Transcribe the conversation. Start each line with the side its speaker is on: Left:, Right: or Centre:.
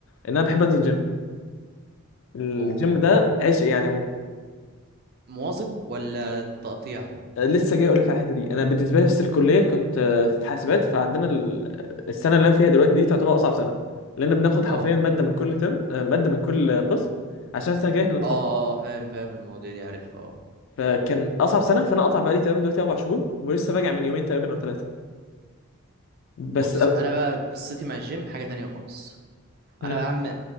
Left: ان انا بحب انزل الجيم الجيم
Right: اوه
Left: ده عشق يعني عموما
Right: مواظب ولا تقطيع
Left: لسه جاي اقول لك على الحته دي انا بالنسبه لي بس الكليه كنت آه، في حاسبات فعندنا ال- السنه اللي انا فيها دلوقتي دي تعتبر اصعب سنه لان بناخد حرفيا
Right: اه
Left: ماده من كل ترم آه، ماده من كل قسم عشان السنه الجايه هنتخصص
Right: اه اه فاهم فاهم المواضيع دي عارفها اه
Left: فكان اصعب سنه فانا قطع بقالي تقريبا دلوقتي اربع شهور ولسه راجع من يومين تقريبا او ثلاثه بس
Right: بص
Left: أ-
Right: انا بقى قصتي مع الجيم حاجه تانية خالص
Left: مم.
Right: انا بقى عم